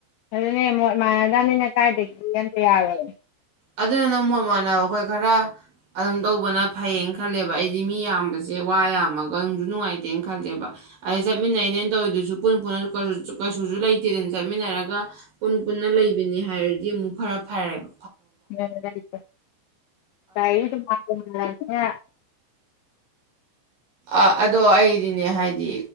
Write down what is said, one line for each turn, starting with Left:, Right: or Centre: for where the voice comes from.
Left: ꯑꯗꯨꯅꯦ ꯃꯣꯠ ꯃꯥꯟꯅꯗꯕꯅꯤꯅ ꯀꯥꯏꯗꯒꯤ ꯑꯝꯇ ꯌꯥꯔꯣꯏ
Right: ꯑꯗꯨꯗꯨꯅ ꯃꯣꯠ ꯃꯥꯟꯅꯕ ꯑꯩꯈꯣꯏ ꯈꯔ ꯑꯗꯨꯝ ꯇꯧꯕꯅ ꯐꯩꯌꯦꯅ ꯈꯜꯂꯦꯕ ꯑꯩꯗꯤ ꯃꯤ ꯌꯥꯝꯕꯁꯦ ꯋꯥ ꯌꯥꯝꯃꯒ ꯅꯨꯡꯁꯨ ꯅꯨꯡꯉꯥꯏ ꯇꯦꯅ ꯈꯜꯂꯦꯕ ꯑꯩ ꯆꯠꯃꯤꯟꯅꯩꯅꯦꯅ ꯇꯧꯔꯤꯗꯨꯁꯨ ꯄꯨꯟ ꯄꯨꯟꯅ ꯀꯩꯁꯨ ꯂꯩꯇꯦꯗꯅ ꯆꯠꯃꯤꯟꯅꯔꯒ ꯄꯨꯟꯅ ꯄꯨꯟꯅ ꯂꯩꯕꯅꯤ ꯍꯥꯏꯔꯗꯤ ꯑꯃꯨꯛ ꯐꯔ ꯐꯔꯦꯕ
Left: <unintelligible> <unintelligible>
Right: ꯑ ꯑꯗꯣ ꯑꯩꯗꯤꯅꯦ ꯍꯥꯏꯗꯤ